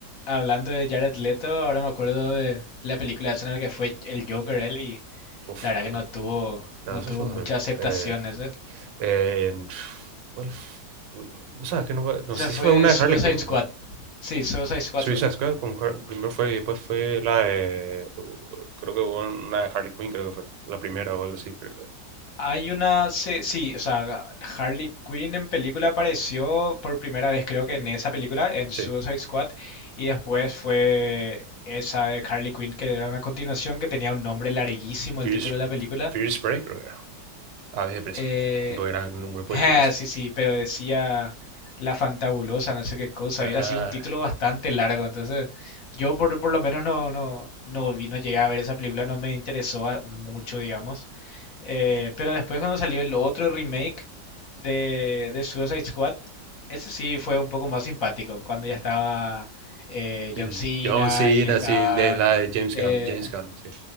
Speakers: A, on the left; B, on the right.
A: hablando de Jared Leto, ahora me acuerdo de la película esa en la que fue el Joker él y
B: Uf,
A: la verdad
B: eso-
A: que no tuvo,
B: no,
A: no
B: eso
A: tuvo
B: fue
A: mucha
B: horrible.
A: aceptación
B: Eh,
A: ese.
B: eh, en- ¿cuál? f- O sea, que no, va- no
A: Esa
B: sé
A: fue
B: si fue una
A: Suicide
B: de Harley Quinn,
A: Squad.
B: güey.
A: Sí, Suicide Squad
B: Suicide
A: fue.
B: Squad, con Har- primero fue y después fue la de. Creo que hubo una de Harley Quinn, creo que fue. La primera o algo así, creo que.
A: Hay una, se- sí, o sea, Harley Quinn en película apareció por primera vez, creo que en esa película, en Suicide
B: Sí.
A: Squad, y después fue esa de Harley Quinn, que era una continuación que tenía un nombre larguísimo
B: fierce,
A: el título
B: fierce
A: de la película.
B: Fear Spray, creo que era. Aves de presa.
A: Eh,
B: Tipo, eran un grupo
A: <laughs>
B: de chicas.
A: sí, sí, pero decía La Fantabulosa, no sé qué cosa,
B: Ah,
A: y era así un título bastante largo, entonces yo por, por lo menos no, no, no vi, no llegué a ver esa película, no me interesó a- mucho, digamos. Eh, pero después cuando salió el otro remake de, de Suicide Squad, ese sí fue un poco más simpático, cuando ya estaba eh,
B: el
A: John Cena
B: John Cena,
A: y estaba...
B: sí, de la de James
A: eh,
B: Gunn. James Gunn, sí.